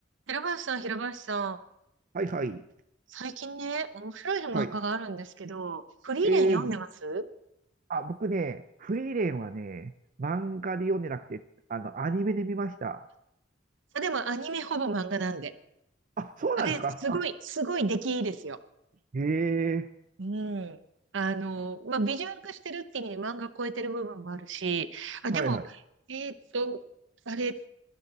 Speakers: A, on the right; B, on the right.
A: 平林さん、平林さん、
B: はいはい。
A: 最近ね、面白い漫画があるんですけど、
B: はい。
A: フリーレン読んでます
B: えー、あ、僕ね、フリーレンはね、漫画で読んでなくて、あの、アニメで見ました。
A: あ、でもアニメほぼ漫画なんで。
B: あ、そうなんですかあ、
A: あれ、すごい、すごい出来いいですよ。
B: へえ、
A: うん。あの、まあ、ビジュアル化してるって意味で漫画超えてる部分もあるし、あ、
B: はいはい。
A: でも、えーっと、あれ、